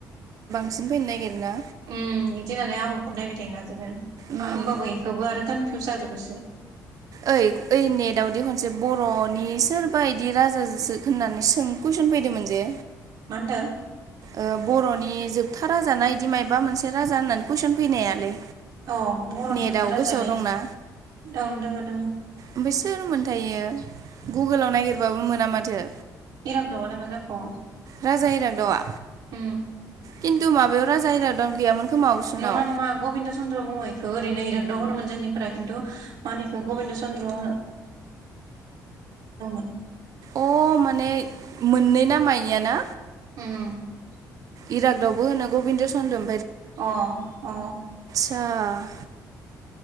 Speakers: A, on the right; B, on the right.
A: बिसिन फैनो नागिरो ना?
B: उम बिदि होननानै आं <unintelligible> नायबाय थायोना जोङो
A: उम
B: होमबाबो इखौबो <unintelligible> थु जाजोबोसो
A: ओइ ओइ नेटदावदि खनसे बर'नि सोरबा इदि राजाो होननानै सों कुइ फैदोंमोन जे,
B: मा होनदों?
A: ओ बर'नि जोबथा राजानाया बिदि मायबा मोनसे राजा होननानै कुइसन फैनायालै,
B: औ बर'नि
A: नेटआव
B: जोबथा राजायालै
A: गोसोआव दंना
B: ओं दङ दङ।
A: ओमफ्राय सोर मोनथायो गुगोलाव ननायागिरबाबो मोना माथो।
B: इराग्दाव आ लाय मा जाखो
A: राजा इरागदावा
B: उम
A: खिन्थु माबायाव राजा दं गैयामोन। खोमा अपसनाव
B: नङा नङा गबिन्द चन्द्र बुङो ओरैनो इरागदाव होनोमोन जोंनिफ्रा खिन्थु मा होनो इखौ गबिन्द चन्द्र <unintelligible> <unintelligible>
A: अ माने मोननै ना माइआ ना
B: <unintelligible>
A: इरागदावबो होनो गबिन्द चन्दम।
B: अ अ।
A: दा